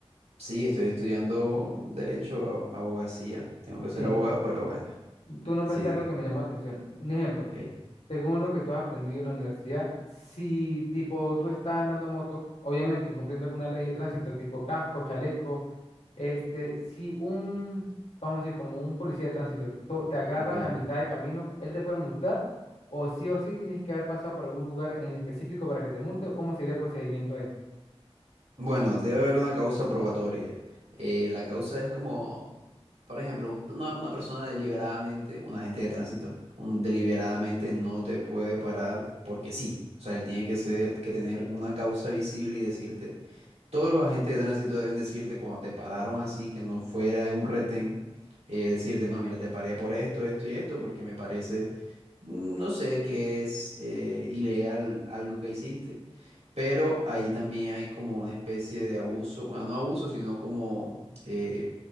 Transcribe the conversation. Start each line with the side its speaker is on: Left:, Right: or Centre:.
Right: Sí, estoy estudiando derecho, abogacía. Tengo que ser
Left: Sí,
Right: abogado, pero bueno,
Left: tú nombraste
Right: sí,
Left: algo que me llamó la atención. Un ejemplo.
Right: ok.
Left: Según lo que tú has aprendido en la universidad, si tipo tú estás andando moto, obviamente incumpliendo alguna ley de tránsito, tipo casco, chaleco, este, si un, vamos a decir, como un policía de tránsito te, to- te agarra
Right: Ok.
Left: a mitad de camino, ¿él te puede multar? ¿O sí o sí tienes que haber pasado por algún lugar en específico para que te multe? ¿O cómo sería el procedimiento ahí?
Right: Bueno, debe haber una causa probatoria. Eh, la causa es como, por ejemplo, un- una, una persona deliberadamente, un agente de tránsito, un, deliberadamente no te puede parar porque sí. O sea, él tiene que ser, que tener una causa visible y decirte, Todos los agentes de tránsito deben decirte cuando te pararon así, que no fuera en un retén, eh, decirte, no, mira, te paré por esto, esto y esto, porque me parece, mm, no sé, que es eh, ilegal algo que hiciste. Pero ahí también hay como una especie de abuso, bueno, no abuso, sino como eh,